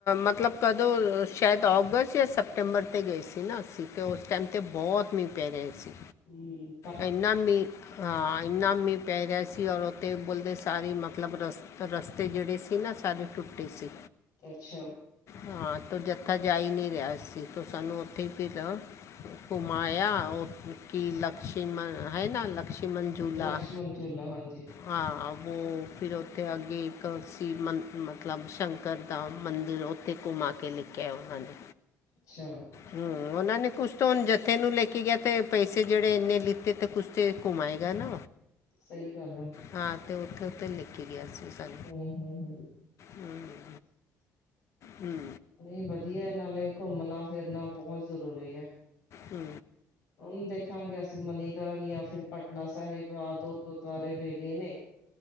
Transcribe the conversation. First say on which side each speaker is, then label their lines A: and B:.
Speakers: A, on the left; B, on the left.
A: ਮਤਲਬ ਕਦੋਂ ਸ਼ਾਇਦ ਅਗਸਤ ਜਾਂ ਸੈਪਟੈਂਬਰ 'ਤੇ ਗਏ ਸੀ ਨਾ ਅਸੀਂ ਤੇ ਉਹ। ਉਸ ਟਾਈਮ 'ਤੇ ਬਹੁਤ ਮੀਂਹ ਪਿਆ ਰਿਹਾ ਸੀ।
B: ਹਮ
A: ਇਨਾ ਮੀਹ ਹਾ ਇਨਾ ਮੀਹ। ਪੈ ਰਿਹਾ ਸੀ ਔਰ ਉਥੇ ਪੁੱਲ ਦੇ ਸਾਰੀ ਮਤਲਬ ਰਸ ਰਸਤੇ ਜਿਹੜੇ ਸੀ ਨਾ ਸਾਰੇ ਟੁੱਟੇ ਸੀ।
B: ਅੱਛਾ
A: ਹਾਂ ਤੋ ਜਥਾ ਜਾ ਈ ਨਹੀ ਰਿਹਾ ਸੀ ਤੂੰ ਸਾਨੂੰ ਉੱਥੇ ਹੀ ਫਿਰ। ਘੁਮਾਇਆ ਕੀ ਲਕਸ਼ਮਣ ਹੈ ਨਾ ਲਕਸ਼ਮਣ। ਝੂਲਾ
B: ਲਕਸ਼ਮਣ ਝੂਲਾ ਹਾਂਜੀ।
A: ਹਾਂ ਵੋ ਫਿਰ ਉੱਥੇ ਅੱਗੇ ਇੱਕ ਸੀ ਮਤਲਬ ਸ਼ੰਕਰ ਦਾ ਮੰਦਿਰ। ਫਿਰ ਘੁੰਮਾ ਕੇ ਲੇ ਕੇ ਆਏ ਉਹਨਾਂ ਨੇ।
B: ਅੱਛਾ
A: ਹਾਂ ਉਹਨਾਂ ਨੇ ਕੁਛ ਤੋਂ ਹੁਣ ਜੱਥੇ ਨੂੰ ਲੈ ਕੇ ਗਿਆ, ਤੇ ਪੈਸੇ ਜਿਹੜੇ। ਤੇ ਇੰਨੇ ਲਿੱਤੇ ਤੇ ਕੁਛ ਤੇ ਘੁੰਮਾਏਗਾ ਨਾ।
B: ਸਹੀ ਗੱਲ ਹੈ।
A: ਹਾਂ ਤੇ ਉੱਥੇ ਉੱਥੇ ਲੇ ਕੇ ਗਿਆ ਸੀ ਸਾਨੂੰ।
B: ਹ ਹ ਹ।
A: ਹਮ ਹਮ
B: ਨਹੀਂ ਵਧੀਆ ਨਾਲੇ ਘੁੰਮਣਾ-ਫਿਰਨਾ ਬਹੁਤ ਜ਼ਰੂਰੀ ਹੈ।
A: ਹੂੰ
B: ਉਹਨੂੰ ਦੇਖਾਂਗੇ ਅਸੀਂ ਮਨੀਕਰਨ ਜਾਂ ਫਿਰ ਪਟਨਾ ਸਾਹਿਬ ਆ ਦੋ ਗੁਰਦੁਆਰੇ ਰਹਿ ਗਏ ਨੇ। <inaudible>